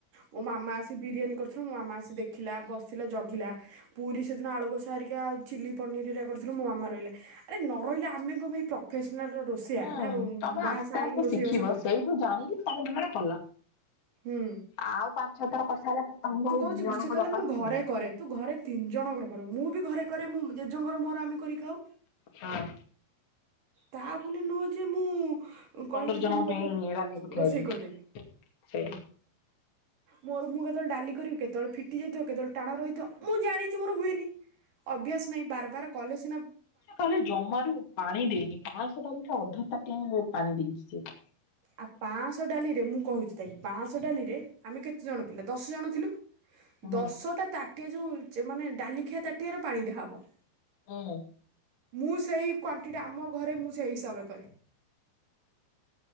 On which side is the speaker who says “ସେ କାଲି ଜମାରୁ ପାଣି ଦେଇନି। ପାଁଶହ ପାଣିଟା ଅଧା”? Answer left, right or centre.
Left